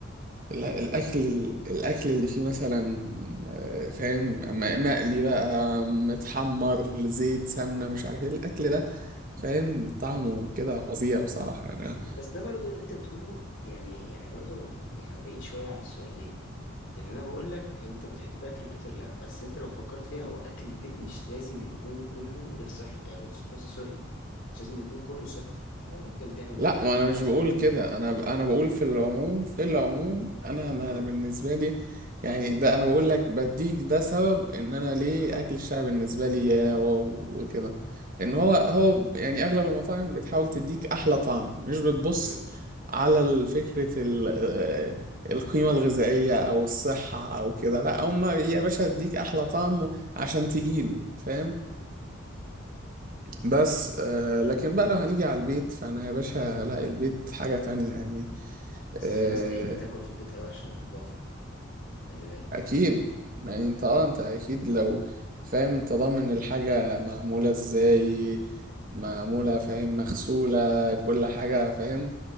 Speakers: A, on the right; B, on the left.
A: لا، الاكل الاكل اللي فيه مثلا آه، فاهم م- مقلي بقى متحمر زيت سمنه مش عارف ايه الاكل ده فاهم طعمه كده فظيع بصراحه انا
B: بس بس ده برضو اللي انت بتقوله يعني يعني برضو يعني هو بعيد شويه عن السؤال ليه؟ لان انا بقول لك انت بتحب اكل البيت ولا لا بس انت لو فكرت فيها هو اكل البيت مش لازم يكون كله غير صحي يعني غير- قصدي سوري مش لازم يكون كله صحي هو ممكن تعمل الاكل
A: لا ما
B: اللي
A: انا
B: انت
A: مش
B: عايزه
A: بقول
B: في البيت
A: كده انا ب... انا بقول في العموم في العموم انا انا
B: مم.
A: بالنسبه لي يعني ده انا بقول لك بديك ده سبب ان انا ليه
B: اه
A: اكل الشارع بالنسبه لي يا واو وكده لان هو
B: مم.
A: هو يعني اغلب المطاعم بتحاول تديك احلى طعم مش بتبص
B: مم.
A: على ال- فكره ال... آه، القيمه الغذائيه او الصحه او كده لا هم
B: مم.
A: يا باشا اديك احلى طعم عشان تجيلي فاهم
B: مم.
A: بس آه لكن بقى لو هنيجي على البيت فانا يا باشا لا البيت حاجة تانية يعني
B: بس
A: آه
B: في ناس تحب تاكل في البيت قوي عشان النظافه خلي بالك
A: اكيد يعني انت اه انت اكيد لو فاهم انت ضامن الحاجة معمولة ازاي معمولة فاهم مغسولة كل حاجة فاهم